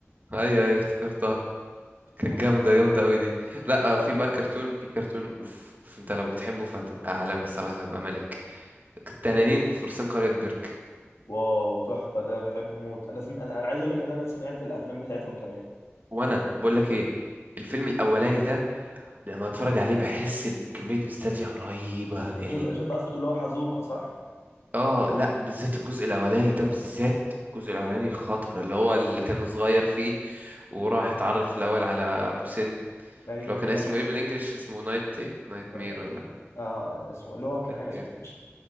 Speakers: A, on the right (about 40°); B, on the left (about 85°).
A: ايوه ايوه افتكرتها
B: كنت
A: كانت
B: بحب
A: جامدة جامدة قوي دي
B: كنت
A: لا
B: بحب الحلقة
A: آه، في بقى
B: دي
A: كرتون في كرتون اوف, أوف انت لو بتحبه فتبقى عالمي الصراحة تبقى ملك التنانين فرسان قرية بيرك
B: واو تحفه ده انا بحبه موت انا سم... انا عايز اقول لك ان انا سمعت الافلام بتاعتهم كمان
A: وانا بقول لك ايه الفيلم الاولاني ده لما اتفرج عليه بحس بكمية نوستالجيا رهيبة
B: بالظبط
A: يعني
B: شو شو انت قصدك اللي هو حزوقه صح؟
A: اه لا بالذات الجزء الاولاني ده
B: اه
A: بالذات الجزء الاولاني خطر اللي هو اللي كان صغير فيه وراح اتعرف الاول على ابو سن
B: ايوه
A: اللي هو كان
B: تحفه
A: اسمه ايه بالانجلش اسمه نايت ايه نايت
B: ن-
A: مير ولا
B: اه اسمه اللي هو كان
A: نايت
B: حاجه
A: مير
B: اسمه مش